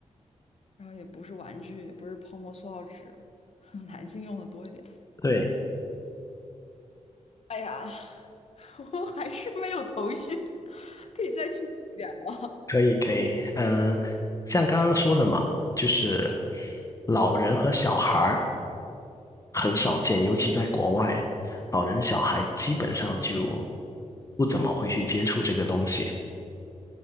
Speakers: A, on the left; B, on the left.
A: 然后也不是玩具，也不是泡沫塑料纸，<laughs> 男性用的多一点。
B: 对，
A: 哎呀，<laughs> 我还是没有头绪，可以再具体一点吗？
B: 可以可以，嗯，像刚刚说的嘛，就是老人和小孩儿很少见，尤其在国外，老人小孩基本上就不怎么会去接触这个东西。